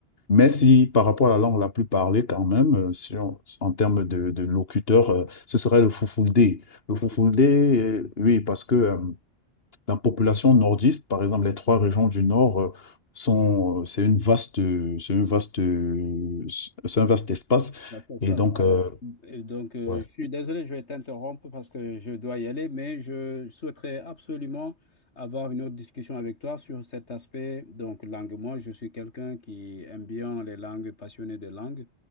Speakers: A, on the left; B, on the left.
A: mais si par rapport à la langue la plus parlée, quand même, euh, si on- en termes de, de locuteur, euh, ce serait le Fulfulde. Le
B: Oui.
A: Fulfulde, euh, oui, parce que euh, la population nordiste, par exemple, les trois régions du nord, euh, sont, euh, c'est une vaste, c'est une vaste, euh, c'est un vaste espace.
B: Bah, ça se
A: Et
B: passe.
A: donc,
B: Alors,
A: euh,
B: euh, donc, euh,
A: ouais,
B: je suis désolé, je vais t'interrompre parce que je dois y aller, mais je souhaiterais absolument avoir une autre discussion avec toi sur cet aspect, donc langue. Moi, je suis quelqu'un qui aime bien les langues, passionné de langues,